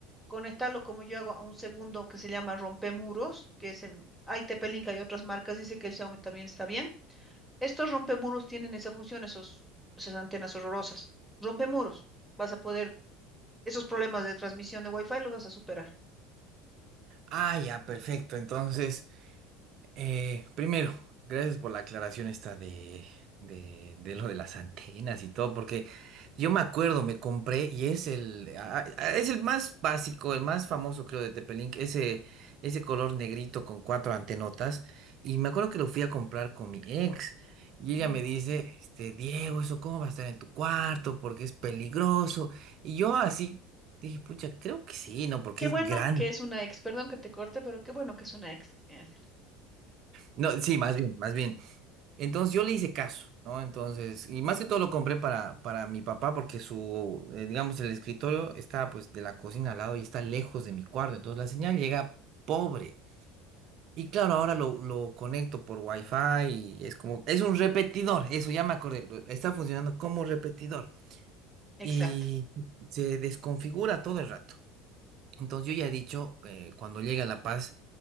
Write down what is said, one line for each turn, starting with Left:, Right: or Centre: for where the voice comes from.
Centre: conectarlo como yo hago a un segundo que se llama rompemuros, que es el ITP-Link, hay otras marcas, dice que el Xiaomi también está bien. Estos rompemuros tienen esa función, esos, esas antenas horrorosas. Rompemuros vas a poder esos problemas de transmisión de Wi-Fi los vas a superar.
Right: Ah, ya, perfecto. Entonces, eh, primero, gracias por la aclaración esta de, de, de lo de las antenas y todo, porque yo me acuerdo, me compré y es el, ah, ah, es el más básico, el más famoso, creo, de Tepelink, ese, ese color negrito con cuatro antenotas. Y me acuerdo que lo fui a comprar con mi ex. Y
Centre: Mm.
Right: ella me dice, este, Diego, ¿eso cómo va a estar en tu cuarto? Porque es peligroso. Y yo así dije, pucha, creo que sí, ¿no? Porque
Centre: Qué
Right: es
Centre: bueno
Right: grande.
Centre: que es una ex, perdón que te corte, pero qué bueno que es una ex. Eh,
Right: No, sí, más bien, más bien. Entonces yo le hice caso, ¿no? Entonces, y más que todo lo compré para, para mi papá porque su, eh, digamos, el escritorio está pues de la cocina al lado y está lejos de mi cuarto, entonces la señal llega pobre. Y claro, ahora lo, lo conecto por wifi y es como, es un repetidor, eso ya me acordé, lo- está funcionando como repetidor
Centre: Exacto.
Right: y se desconfigura todo el rato. Entonces yo ya he dicho, eh, cuando llegue a La Paz,